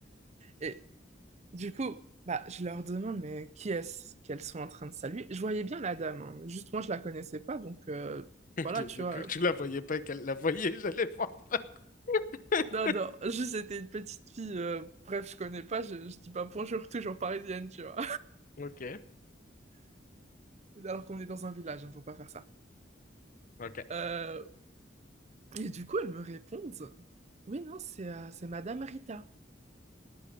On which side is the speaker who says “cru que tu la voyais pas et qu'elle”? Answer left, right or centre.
Left